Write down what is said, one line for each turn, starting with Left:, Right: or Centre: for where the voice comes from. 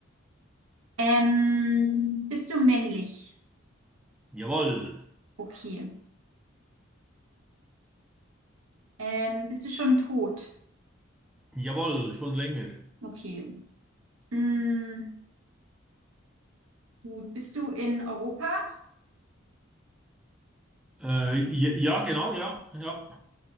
Right: Ähm, bist du männlich?
Centre: Jawohl,
Right: Okay. Ähm, bist du schon tot?
Centre: jawohl, schon länger.
Right: Okay. Mm, gut. Bist du in Europa?
Centre: Äh, ja, ja, genau, ja, ja.